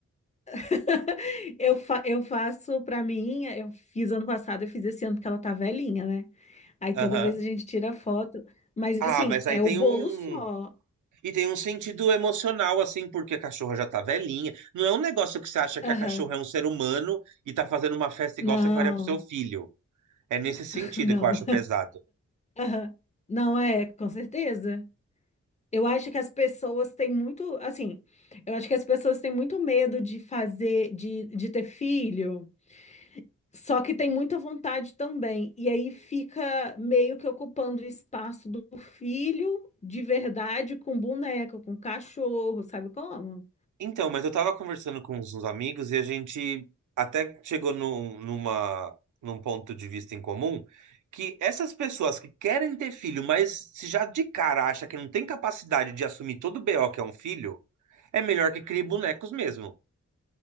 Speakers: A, on the left (about 25°); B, on the right (about 85°).
A: <laughs> Eu, fa eu faço pra mim. Eu fiz ano passado, eu fiz esse ano porque ela tá velhinha, né? Aí toda
B: Aham.
A: vez a gente tira foto. Mas
B: Ah,
A: assim,
B: mas aí
A: é
B: tem
A: o bolo
B: um.
A: só.
B: E tem um sentido emocional, assim, porque a cachorra já tá velhinha. Não é um negócio que você acha que
A: Aham.
B: a cachorra é um ser humano e tá fazendo uma festa
A: Não,
B: igual você faria pro seu filho. É nesse sentido
A: <laughs> não.
B: que eu acho pesado.
A: Aham. Não é, com certeza. Eu acho que as pessoas têm muito, assim, eu acho que as pessoas têm muito medo de fazer, de, de ter filho, só que tem muita vontade também. E aí fica meio que ocupando o espaço do filho de verdade com boneco, com cachorro, sabe como?
B: Então, mas eu tava conversando com uns uns amigos e a gente até chegou num, numa, num ponto de vista em comum que essas pessoas que querem ter filho, mas se já de cara acha que não tem capacidade de assumir todo o BO que é um filho, é melhor que crie bonecos mesmo.